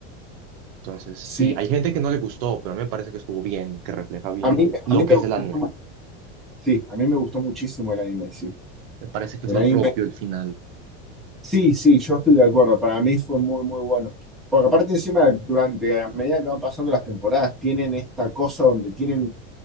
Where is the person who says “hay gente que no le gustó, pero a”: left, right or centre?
Right